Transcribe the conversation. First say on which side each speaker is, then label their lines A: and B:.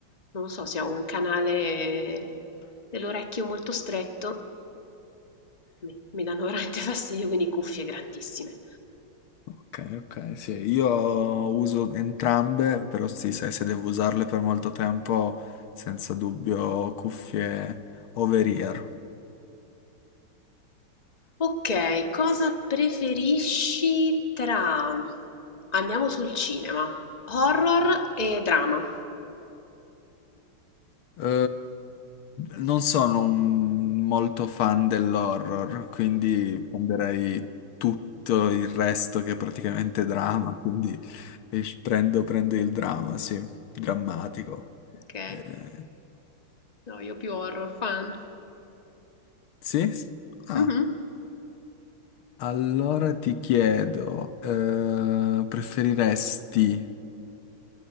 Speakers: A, on the left (about 20°); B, on the left (about 85°).
A: non so se ho un canale dell'orecchio molto stretto. Mi, mi danno veramente <laughs> fastidio, quindi cuffie grandissime.
B: Ok, ok, sì, io uso entrambe, però sì, sai, se devo usarle per molto tempo, senza dubbio cuffie over-ear.
A: Ok, cosa preferisci tra... Andiamo sul cinema, horror e drama.
B: Eh, non sono un- molto fan dell'horror, quindi prenderei tutto il resto che è praticamente drama, <laughs> quindi eh, prendo, prendo il dramma, sì, drammatico.
A: Ok,
B: Eh,
A: no, io più horror fan.
B: sì? Ah.
A: Mhm.
B: Allora ti chiedo, eh, preferiresti